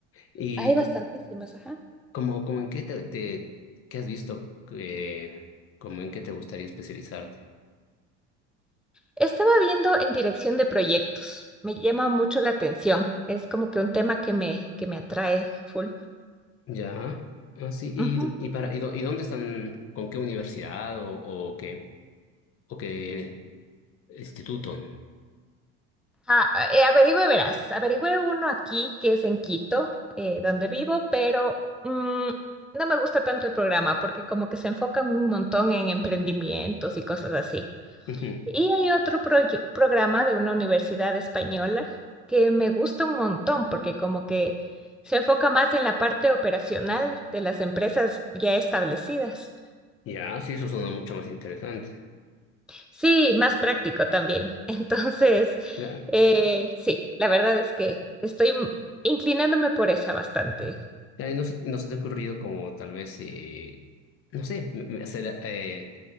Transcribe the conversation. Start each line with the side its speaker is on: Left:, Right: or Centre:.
Left: ¿Y
Centre: hay bastantísimas,
Left: c-
Centre: ajá.
Left: como, como en qué te, te- qué has visto? que- como en qué te gustaría especializarte?
Centre: Estaba viendo en dirección de proyectos. Me llama mucho la atención. Es como que un tema que me, que me atrae full.
Left: Ya. Ah, sí. ¿Y,
Centre: Ujú.
Left: y, para, y, dó- y dónde están? ¿Con qué universidad o, o qué? ¿O qué instituto?
Centre: Ah, eh, averigüe, verás. Averigüe uno aquí que es en Quito, eh, donde vivo, pero mm, no me gusta tanto el programa porque como que se enfocan un montón en emprendimientos y cosas así.
Left: Ujú.
Centre: Y hay otro proye- programa de una universidad española que me gusta un montón porque como que se enfoca más en la parte operacional de las empresas ya establecidas.
Left: Ya, sí, eso suena mucho más interesante.
Centre: Sí, más práctico también. <laughs> Entonces,
Left: Claro.
Centre: eh, sí, la verdad es que estoy m- inclinándome por esa bastante.
Left: Ya, y no se, y no se te ha ocurrido como tal vez, eh, no sé, m- m- hacer... eh,